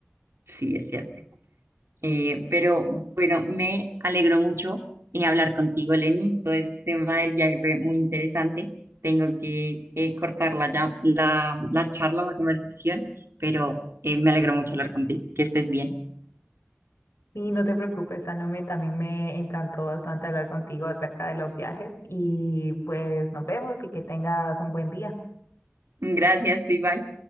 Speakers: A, on the right (about 70°); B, on the left (about 70°).
A: sí, es cierto. Eh, pero bueno, me alegró mucho eh, hablar contigo, Lenny. Todo este tema del viaje fue muy interesante. Tengo que eh, cortar la, llam- la, la charla, la conversación, pero eh, me alegró mucho hablar contigo. Que estés bien.
B: Y no te preocupes, Salome, también me encantó bastante hablar contigo acerca de los viajes y pues nos vemos y que tengas un buen día.
A: Gracias, tú igual.